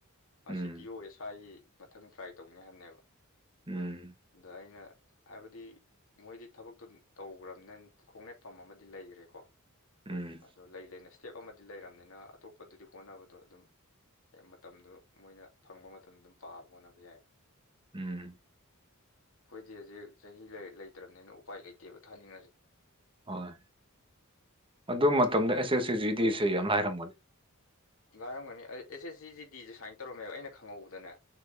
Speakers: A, on the left (about 65°); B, on the right (about 25°).
A: ꯃꯥ
B: ꯎꯝ
A: ꯁꯤ ꯄꯤ ꯑꯣ ꯑꯦꯁ ꯑꯥꯏꯒꯤ ꯃꯊꯪ ꯇ꯭ꯔꯥꯏ ꯇꯧꯅꯤ ꯍꯥꯏꯕꯅꯦꯕ
B: ꯎꯝ
A: ꯑꯗ ꯑꯩꯅ ꯍꯥꯏꯕꯗꯤ ꯃꯣꯏꯗꯤ ꯊꯕꯛꯇꯨ ꯇꯧꯈ꯭ꯔꯕꯅ ꯈꯣꯡꯅꯦꯠꯐꯝ ꯑꯃꯗꯤ ꯂꯩꯈ꯭ꯔꯦꯀꯣ
B: ꯎꯝ
A: ꯑꯗꯣ ꯂꯩ ꯂꯩꯅ ꯏꯁꯇꯦꯞ ꯑꯃꯗꯤ ꯂꯩꯔꯝꯅꯤꯅ ꯑꯇꯣꯞꯄꯗꯨꯗꯤ ꯍꯣꯠꯅꯕꯗꯣ ꯑꯗꯨꯝ ꯍ ꯃꯇꯝꯗꯨ ꯃꯣꯏꯅ ꯐꯪꯕ ꯃꯇꯝꯗ ꯑꯗꯨꯝ ꯄꯥꯕ ꯍꯣꯠꯅꯕ ꯌꯥꯏꯕ
B: ꯎꯝ
A: ꯈꯣꯏꯗꯤ ꯍꯧꯖꯤꯛ ꯆꯍꯤ ꯂꯩ ꯂꯩꯇ꯭ꯔꯝꯅꯤꯅ ꯎꯄꯥꯏ ꯂꯩꯇꯦꯕ ꯊꯥꯅꯤꯡꯉꯁꯨ
B: ꯍꯣꯏ ꯑꯗꯨ ꯃꯇꯝꯗ ꯑꯦꯁ ꯑꯦꯁ ꯁꯤ ꯖꯤ ꯗꯤꯁꯦ ꯌꯥꯝ ꯂꯥꯏꯔꯝꯒꯅꯤ
A: ꯂꯥꯏꯔꯝꯒꯅꯤ ꯑꯩ ꯑꯦꯁ ꯑꯦꯁ ꯁꯤꯖꯤ ꯗꯤꯁꯦ ꯁꯥꯏꯟ ꯇꯧꯔꯝꯃꯦꯕ ꯑꯩꯅ ꯈꯪꯍꯧꯕꯗꯅꯦ